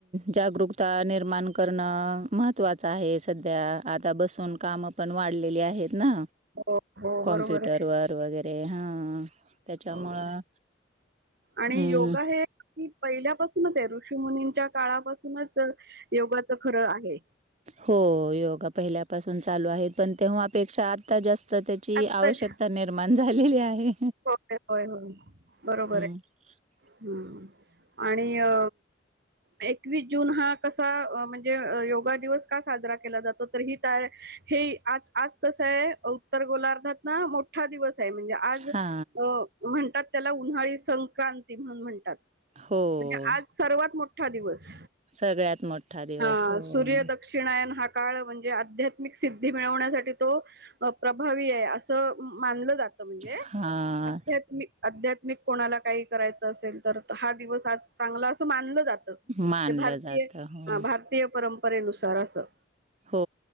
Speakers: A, on the right (about 35°); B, on the right (about 55°).
A: जागरूकता निर्माण करणं महत्त्वाचं आहे. सध्या आता बसून काम पण वाढलेली आहेत ना
B: हो, हो,
A: कॉम्प्युटर
B: बरोबर आहे.
A: वर वगैरे हां त्याच्यामुळं
B: हो आणि
A: हम्म
B: योगा हे पहिल्यापासूनच आहे ऋषीमुनींच्या काळापासूनच योगाचं खरं आहे.
A: हो योगा पहिल्यापासून चालू आहे पण तेव्हापेक्षा आता जास्त त्या ची
B: आत्ताच
A: आवश्यकता निर्माण झालेली आहे.
B: होय होय होय बरोबर आहे.
A: <inaudible>
B: हम्म आणि अ एकवीस जून हा कसा म्हणजे योगा दिवस का साजरा केला जातो तर ही त्या हे आज आज कसं आहे उत्तर गोलार्धात ना मोठा दिवस आहे म्हणजे आज
A: हा
B: म्हणतात अ त्याला उन्हाळी संक्रांत. ते म्हणून म्हणतात
A: हो
B: म्हणजे आज सर्वात मोठा दिवस.
A: सगळ्यात मोठा दिवस
B: हा
A: होय.
B: <unintelligible> हा काळ म्हणजे आध्यात्मिक सिद्धी मिळवण्यासाठी तो अ प्रभावी आहे असं मानलं जातं. म्हणजे
A: हा
B: आध्यात्मिक आध्यात्मिक कोणाला काही करायचा असेल तर हा दिवस चांगला असं मानलं जातं. त. म्हणजे
A: मानलं
B: भारतीय
A: जात हो
B: हां भारतीय परंपरेनुसार असं.
A: हो